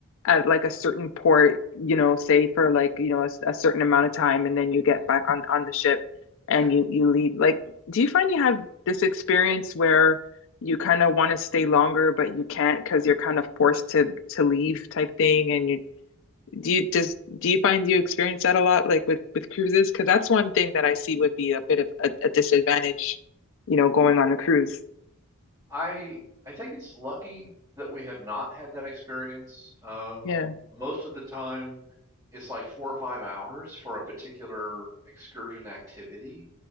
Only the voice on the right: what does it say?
hmm
Yeah,
I I think it's lucky that we have not had that experience. Um,
most of the time, it's like four or five hours for a particular excursion activity,